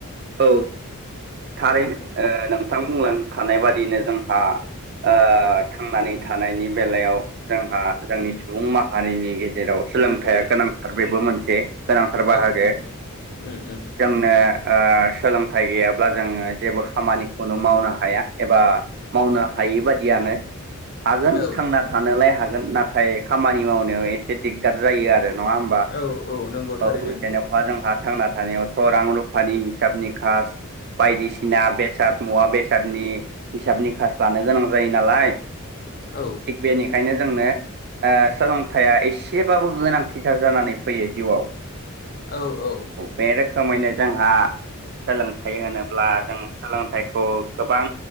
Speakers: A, on the right (about 45°); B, on the left (about 45°).
A: औ थारैनो
B: औ
A: ओ नोंथां बुंलांखानाय बादिनो जोंहा ओ थांनानै थानायनि बेलायाव जोंहा जोंनि सुबुं माहारिनि गेजेराव सोलोंथाइया
B: औ
A: गोनां बेथार बेबो मोनसे गोनांथार बाहागो
B: औ नंगौ उम उम
A: जोंनो ओ सोलोंथाइ गैयाब्ला जोङो जेबो खामानिखौनो मावनो हाया एबा मावनो हायि बादियानो हागोन
B: औ
A: थांना थानोलाय हागोन नाथाय खामानि मावनायाव एसे दिग्दार जायो आरो। नङा होमबा
B: औ औ नंगौ थारैनो
A: औ जेनेखवा जोंहा थांना थानायावथ' रां रुफानि हिसाब निखास बायदिसिना बेसाद मुवा बेसादनि हिसाब नि खास लानो गोनां जायो नालाय
B: औ
A: थिग बेनिखायनो जोंनो ओ सोलोंथाइया एसेबाबो गोनांथिथार जानानै फैयो जिउआव।
B: औ औ
A: बे रोखोमैनो जोंहा सोलोंथाइ होनोब्ला जों सोलोंथाइखौ गोबां